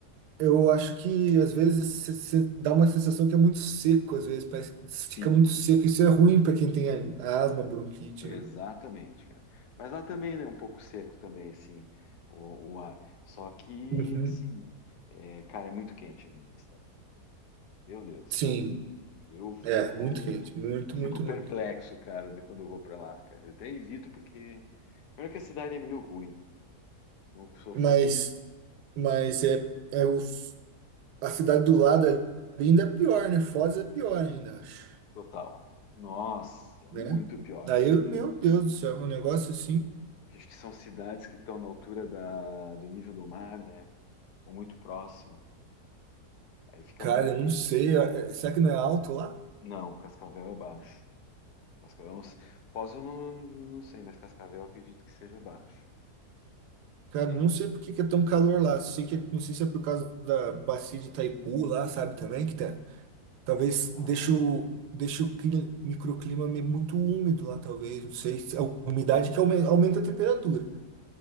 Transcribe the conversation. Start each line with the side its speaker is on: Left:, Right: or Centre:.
Right: eu acho que às vezes se- se dá uma sensação que é muito seco, às vezes parece que
Left: sim,
Right: fica muito seco. Isso é ruim para quem tem a- asma, bronquite,
Left: exatamente,
Right: né?
Left: cara. Mas lá também, né, um pouco seco também, assim, o, o ar. Só que,
Right: Uhum.
Left: assim, é, cara, é muito quente ali onde eles estão. Meu Deus,
Right: Sim,
Left: eu fico,
Right: é muito quente, muito,
Left: eu fico
Right: muito,
Left: perplexo,
Right: muito.
Left: cara, de quando eu vou pra lá, cara. Eu até evito porque, primeiro que a cidade é meio ruim, não sou
Right: Mas,
Left: fã,
Right: mas é, é o, a cidade do lado ali ainda é pior, né? Foz é pior ainda, acho,
Left: total. Nossa,
Right: né?
Left: muito pior.
Right: Daí, eu- meu Deus do céu, é um negócio assim,
Left: Acho que são cidades que estão na altura da, do nível do mar, né? ou muito próximo, aí fica
Right: cara,
Left: muito
Right: eu
Left: quente.
Right: não sei, é- é- será que não é alto lá?
Left: Não, Cascavel é baixo. Cascavel, não, se- Foz eu não, não sei, mas Cascavel eu acredito que seja baixo.
Right: Cara,
Left: Entende?
Right: eu não sei por que que é tão calor lá. Sei que, não sei se é por causa da bacia de Itaipu lá, sabe, também, que tá. Talvez
Left: Ah,
Right: deixe o, deixe o cli- microclima me- muito úmido lá, talvez. Não sei. A umidade que aume- aumenta a temperatura.